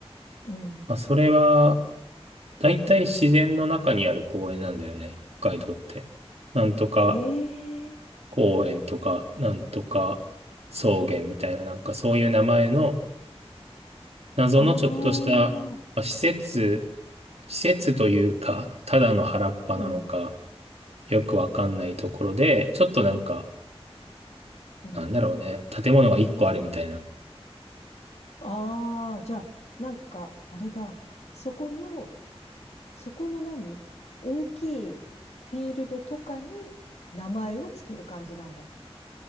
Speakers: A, on the left; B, on the right.
A: うん。
B: まあそれは、だいたい自然の中にある公園なんだよね。北海道って。なんとか
A: へえ。
B: 公園とか、なんとか草原みたいな、なんかそういう名前の謎のちょっとしたまあ施設、
A: ああ。
B: 施設というか、ただの原っぱなのか、
A: うん。
B: よくわかんないところで、ちょっとなんか、
A: うん。
B: なんだろうね、建物が一個あるみたいな。
A: ああ、じゃあ、なんか、あれだ。そこの、そこの何大きいフィールドとかに名前をつける感じなんだ。